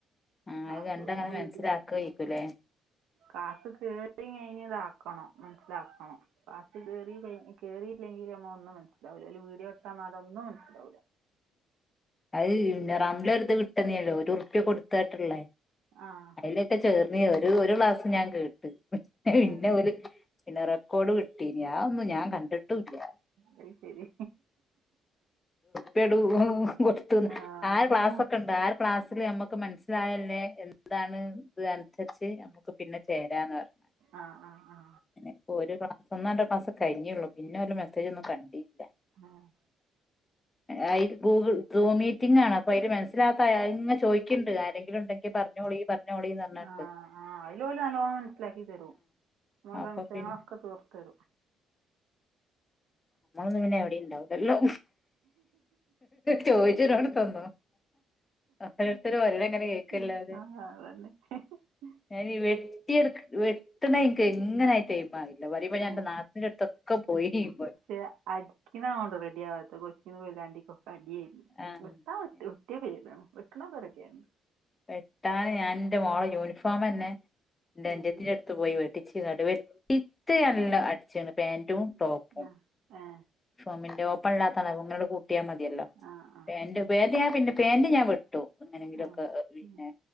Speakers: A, on the left; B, on the right.
A: ആഹ്
B: ക്ലാസ്
A: അത് കണ്ടങ്ങനെ
B: വിടും
A: മനസ്സിലാക്കായിരിക്കുംല്ലേ
B: ഹ്മ്. കാസ് കേട്ടി കഴിഞ്ഞ് ഇതാക്കണം മനസ്സിലാക്കണം കാസ് കേറി കഴിഞ്ഞ്. കേറിയില്ലെങ്കിൽ ഞമ്മ ഒന്നും മൻസിലാവൂല ഓൽ വീഡിയോ ഇട്ടന്നാലൊന്നും മൻസിലാവൂല.
A: ആ അഹ് റംല ഒരിത് വിട്ടെന്നീനല്ലോ ഒരുർപ്പ്യ കൊട്ത്താട്ട്ള്ള.
B: ആഹ്
A: ഇതൊക്കെ ചേർന്ന് ഒരു ഒരു ക്ലാസ്സ് ഞാൻ കേട്ട് പിന്നെ
B: ഏഹ്
A: ഓല് പിന്നെ റെക്കോഡ് കിട്ടീന് അവൊന്നും ഞാൻ കണ്ടിട്ടൂല്ല
B: അത് ശരി
A: പെടു ഉംളകൊട്ത്ത്
B: ആഹ്
A: ആര് ക്ലാസൊക്കണ്ട്
B: ഉം ഉം
A: ആര ക്ലാസ്സില് നമ്മക്ക് മനസ്സിലായല്ലെ എന്താണ് ഇത് അൻസരിച്ച് അപ പിന്ന ചേരാന്ന് പർഞ്ഞ്
B: ആഹ് ആഹ് ആഹ്
A: പിന്നിപ്പ ഒര് ക്ലാസ് ഒന്നൊ രണ്ടൊ ക്ലാസ്സ്‌ കഴിഞ്ഞെ ഉള്ളു പിന്നൊര് മെസേജൊന്നും കണ്ടീല്ല
B: ആഹ്
A: ഏഹ് ഇത് ഗൂഗ്ൾ സൂ മീറ്റിങ്ങാണ് പൈല് മൻസ്സിലാക്കാത്ത ചോദിക്ക്ണ്ണ്ട് ആരെങ്കിലും ഇണ്ടെങ്കി പറ്ഞ്ഞോളീ പറ്ഞ്ഞോളീന്ന് എന്നർഞ്ട്ട്
B: ആഹ് ആഹ് അയിലോല് നല്ലോണം മനസ്സ്ലാക്കി തരും നമ്മടെ
A: അപ്പൊ
B: സംശയങ്ങളൊക്ക
A: പിന്നെ
B: തീർത്തെരും
A: നമ്മള് പിന്നെ എവിടെണ്ടാവ് ല്ലലൊ ചോദിച്ചതിനോട് തന്നൊ അപ്പഴത്തിനും ഓരൊവങ്ങനെ കഴ്ക്കല്ലാതെ
B: ഉം <inaudible>
A: ഞാനീ വെട്ടിയെട്ക്ക വെട്ട്ന്ന ഇൻക്ക് എങ്ങനെ തേയ്മായി ഇല്ല വരീമ്പ ഞാനെന്റെ
B: ഉം
A: നാത്തൂന്റട്ത്തൊക്ക പോയീന്
B: ഏഹ് അടിക്കിനാവണ്ടോ റെഡി ആവാത്ത കൊച്ചീന്നു കൊയിലാണ്ടിക്കൊക്കെ രാണ്ടൊപ്പ അടിയാരുന്നു
A: ആഹ്
B: ഈഹ് ഒത്താ ഒത്തു <unintelligible> വെട്ട്ണൊക്ക റെഡ്യാണ്
A: വെട്ടാന് ഞാൻ ഇന്റെ മോള യൂണിഫോമെന്നെ <unintelligible>
B: ഉം
A: ത്തു പോയി വെട്ടിച്ച് ഇത്ത എല്ല അടിച്ച്ണ് പാന്റും ടോപ്പും
B: ആ ഏ
A: ഫോമിന്റെ ഓപ്പൺ ഇല്ലാത്തണ് ഇങ്ങനണ്ട് കൂട്ട്യാ മതിയല്ലൊ
B: ആ ആ
A: പ്പേന്റെ പേന്റ് ഞാ പിന്ന പേന്റ് ഞാൻ വെട്ടു എങ്ങനെങ്കിലുമൊക്കെ
B: ആഹ്
A: പിന്നെ
B: ഉം